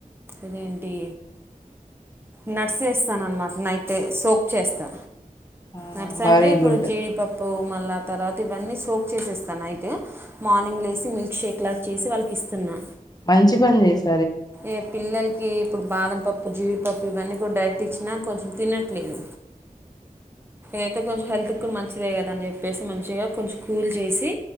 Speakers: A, on the right (about 15°); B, on the left (about 25°).
A: ఇదేంటి నట్స్ ఏస్తానన్నమాట. నైటే సోప్ చేస్తా.
B: ఆ
A: నట్స్ అంటే
B: వెరీ
A: ఇప్పుడు
B: గుడ్
A: జీడిపప్పు మళ్ళా తర్వాత ఇవన్నీ సోక్ చేసిస్తాన నైటు మార్నింగ్ లేచి, మిల్క్ షేక్ లాగా చేసి, వాళ్ళకి ఇస్తున్నా.
B: మంచి పని చేస్
A: ఏ పిల్లలకి ఇప్పుడు బాదం పప్పు జీడ్ పప్పు ఇవన్నీ కూడా డైరెట్ ఇచ్చినా కొంచెం తినట్లేదు. ఏతే కొంచెం హెల్త్ కు మంచిదే కదా అని చెప్పేసి, మంచిగా కొంచెం కూల్ చేసి,